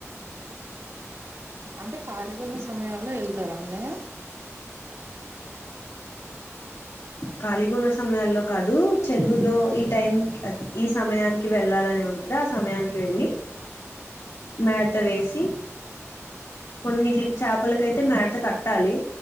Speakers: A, on the right; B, on the left.
A: అంటే ఖాళీగా ఉన్న సమయాల్లో వెళ్తారా అన్నయ్య
B: ఖాలిగా ఉన్న సమయాల్లో కాదు చెరువులో ఈ టైం అ ఈ సమయానికి వెళ్ళాలని ఉం కదా సమయానికి వెళ్ళి మేత వేసి కొన్నిట్లకి చేపలకయితే మేత కట్టాలి